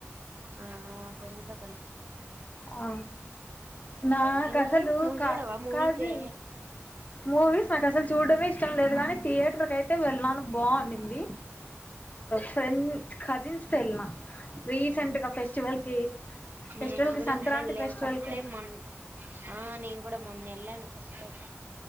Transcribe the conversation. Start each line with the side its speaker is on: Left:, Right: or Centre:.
Right: ఆ మా పెన్ త
Left: ఆ నా కసలు
Right: నువ్వు నువ్వు
Left: కా
Right: చూడవా మూవీసే
Left: కాల్ జి మూవీస్ నాకు అసలు చూడమే ఇష్టం లేదు కానీ థియేటర్కి అయితే వెళ్ళిన బావున్నిది ఫ్రెండ్ కజిన్స్తో ఎళ్ళిన రీసెంట్గా ఫెస్టివల్కి ఫెస్టివల్కి
Right: నేను కూడా
Left: సంక్రాంతి
Right: ఎప్పుడు ఎల్ లేదు
Left: ఫెస్టివల్కి
Right: ఫస్ట్ టైమ్ మొన్న ఆ నేను కూడా మొన్న ఎళ్ళాను వస్తే